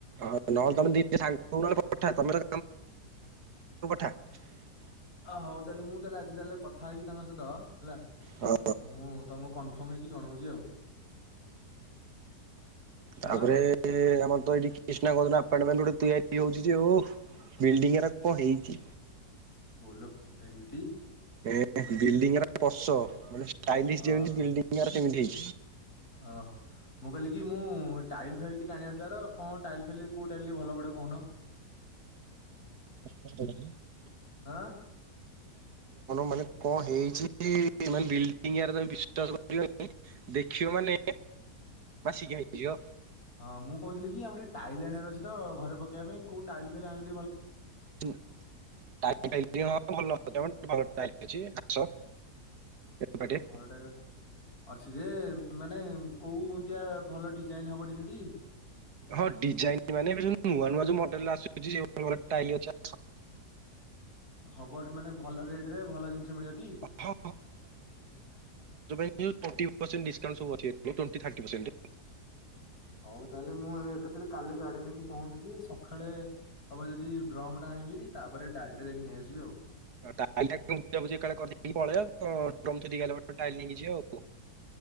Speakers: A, on the right; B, on the left.
A: ହଁ ନହେଲେ ତମେି ନଲେ ପଠମେଠ <unintelligible>
B: ଅ ହଉ ତାହେଲେ ମୁଁ ତାହେଲେ ଆଜି ତାହେଲେ କଥା ହେଇକି ତାଙ୍କ ସହିତ ହେଲା
A: ହଁ
B: ମୁଁ ତମକୁ କନଫର୍ମ ହେଇକି ଜଣଉଚି ଆଉ। ହଁ
A: ତାପରେ ଆମର ତ ଏଇଠି କ୍ରିଷ୍ଣା ବଳରାମ ଆପାର୍ଟମେଣ୍ଟ ଗୋଟେ ତିଆରି ହଉଛି ଯେ ଓ ବିଲଡିଂଗୁରା କଣ ହେଇଛି।
B: ବୋଲ ଏମିତି
A: ବିଲ୍ଡିଂଟ କଛ ଚାଇଲିସ୍
B: ଅହୋ
A: ଯେମିତି ବିଲ୍ଡିଙ୍ଗ ଆର ସେମିତି ହେଇଛି
B: ଓହୋ ମୁଁ କହିଲି କିି ମୁଁ ଟାଇଲ ଫେଲ ଟିକେ ଆଣିବାର ଥିଲା ତ କଣ ଟାଇଲ ଫେଲି କୋଉ ଟାଇଲଲି ଭଲ ପଡିବ କହୁନ
A: <unintelligible>
B: ଆଁ
A: ମାନେ କଣ ହେଇଛିାନ ବିଲ୍ଡିଂ ତମେ ବିଶ୍ୱାସ କରିବନି ଦେଖିବ ମାନେ ମାସିକି ହେଇଯ
B: ହଁ ମୁଁ କହୁଥିଲି କି ଆମର ଟ ଟାଇଲ ଆଣିବାର ଅଛି ତ ଘରେ ପକେଇବା ପାଇଁ କୋଉ ଟାଇଲ ଫେଲ ଆଣ
A: ହଁ ଭଲ ତ ଟିକେ ଭଲ ଚାଲି ଅଛି ଆସ। ଏପଟେ।
B: ହଁ ଭଲ ଟାଇଲ ଅଛି ଯେ ମାନେ କୋଉ ଇନ୍ତିଆ ଭଲ ଡିଜାଇନ ହବ ସେଠି
A: ହଁ ଡିଜାଇନ ମାନେ ଏବେ ଯୋଉ ନୂଆ ନୂଆ ଯୋଉ ମଡେଲ ଆସୁଛି ସେଇ ବଢିଆ ଟାଇଲି ଅଛି।
B: ହବ ମାନେ ଭଲ ରେଟ ରେ ଭଲ ଜିନିଷ ମିଳିବ ଟି?
A: ହଁ ହୁ ଟ୍ବେଣ୍ଟି ଡିସକାଉଣ୍ଟ ସବୁ ଅଛି। ଟ୍ବେଣ୍ଟି, ଥାର୍ଟୀ ପର୍ସେଣ୍ଟ
B: ହଉ। ତାହେଲେ ମୁଁ ଏକଥରେ କାଲି ଗାଡି ନେଇକି ପହନଚୁଛି। ସକାଳେ ହବ ଯଦି ଡ୍ରମ ଟା ଆଣିବିରି ତାପରେ ଟାଇଲ ଟା ଯାଇକି ନେଇଆସିବି ଆଉ।
A: ଟାଇଲି ଟାକୁ ବୁଝା ବୁଝି କାଳେ ପଳେଇବ ନେଇକି ଯିବ ଆଉ।